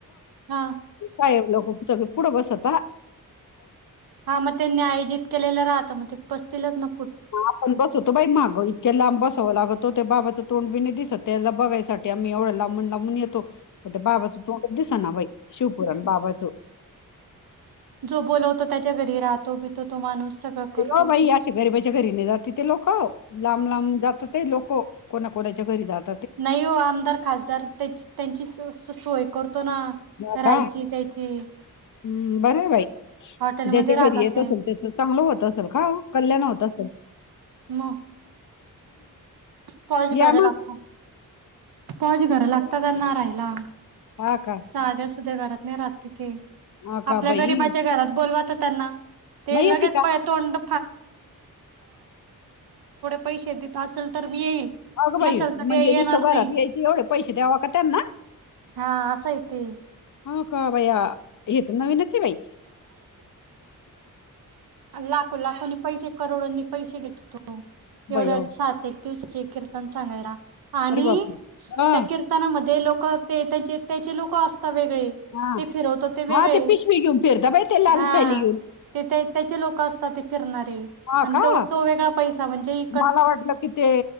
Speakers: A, on the right (about 85°); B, on the left (about 60°).
A: हा
B: साहेब लोकं सगळे पुढं बसता ना?
A: हा, मग त्यांनी आयोजित केलेलं राहतं मग ते पस्तीलच न?
B: हा आपण बसवतो बाई मागो इतक्या लांब बसावं लागत <unintelligible> तो ते बाबाचं तोंड बि नई दिसत. त्याला बघायसाठी आम्ही एवढं लांबून-लांबून येतो. त्या बाबाचं तोडंच दिस ना बई, शिवपुराण बाबाचं.
A: जो बोलवतो त्याच्या घरी राहतो-बितो तो माणूस. सगळं करतो.
B: ओ बाई, अशा गरीिबाच्या घरी नई जाती. ते लोक लांब लांब जातात. ते लोकं कोणा कोणाच्या घरी जात -
A: <unintelligible> <unintelligible>
B: हो का हम्म, बरंय बाई.
A: हॉटेलमध्ये
B: ज्याच्या
A: राहतात
B: घरी येत
A: ते
B: असल, त्याचं चांगलं होत असल का हो? कल्याण होत असल.
A: म पॉच
B: या
A: गर लागता.
B: मग
A: पॉज घर लागतात, त्याना राहिला
B: हा का
A: साध्या-सुध्या घरात नाही राहत तिथे.
B: हा का
A: आपल्या
B: बाई
A: गरीबाच्या घरात बोलवा त त्यांना... <unintelligible> तेवढे
B: नाही येते का
A: पैशे देत असल, तर मी येईल.
B: अगं बाई!
A: नसेल तर
B: म्हणजे
A: ते येणार
B: नुसतं घरात
A: नाही
B: यायचे एवढे पैसे द्यावा का त्यांना?
A: हा, असं हे ते.
B: हो का बया? हे तर नवीनच आहे बई!
A: <unintelligible>
B: बाई अहो,
A: <unintelligible>
B: अरे बाप हा
A: <unintelligible>
B: हा.
A: <unintelligible>
B: हा ते पिशवी घेऊन फिरता बाई ते लाल थैली घेऊन
A: लोक असतात फिरणारे
B: हा
A: आणि
B: का
A: तो वेगळा पैसा म्हणजे इकड
B: मला वाटलं की ते